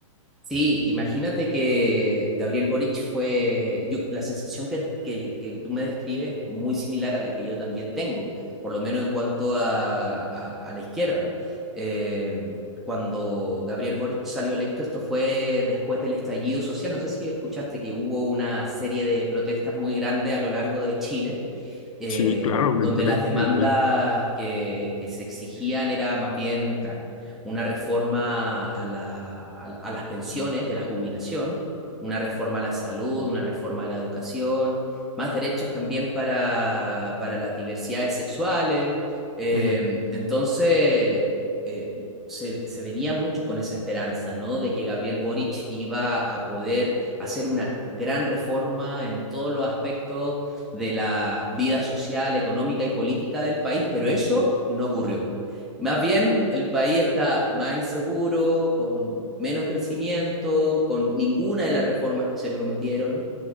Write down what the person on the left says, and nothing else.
Sí, claro, me
enteré,
me enteré.
Ujú.